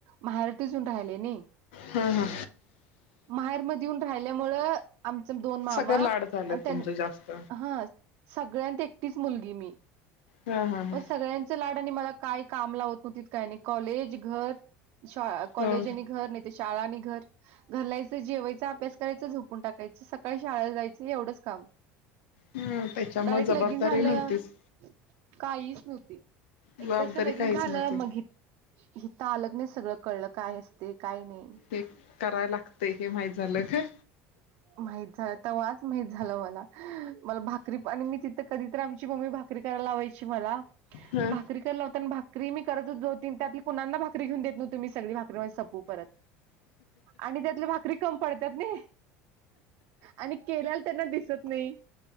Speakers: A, on the right; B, on the left.
A: माहेरातसून राहिले नाही
B: हा हा
A: माहेरमध्ये येऊन राहिल्यामुळ आमच दोन मामा
B: सगळं लाड झालं
A: त्यां
B: तुमचं जास्त
A: हा सगळ्यात एकटीच मुलगी मी
B: हा हा हा.
A: व सगळ्यात ला मला काय काम लावत न काय कॉलेज घर कॉलेज
B: हो
A: घर ते शाळा आणि घर घरलायचं जेवायचं अभ्यास करायच झोपून टाकायचं सकाळी शाळेला जायचं एवढंच काम
B: ह त्याच्या म
A: डायरेक्ट
B: जबाबदारी
A: लगीन झालं
B: नव्हतीच
A: काहीच नव्हती एकदा
B: जबाबदारी
A: अस लगीन
B: काहीच
A: झालं
B: नव्हती.
A: मगी हिथ आलग नाही सगळं कळलं काय असते काही नाही
B: हे कराय लागतंय हे माह झालं का
A: माहित झालं त वाच माहित झाला मला मला भाकरी आणि मी तिथं कधीत आमची मम्मी भाकरी करायला लावायची मला
B: हा
A: भाकरी कला होता आणि भा क्रमी करतच दो तीन त्यातली कुणाना भाकरी घेऊ देत नव्ह तु मी सगळी भारीमध्ये सपू परत आणि त्यातले भाकरी कम पडतात ना आणि केल्याला त्यांना दिसत नाही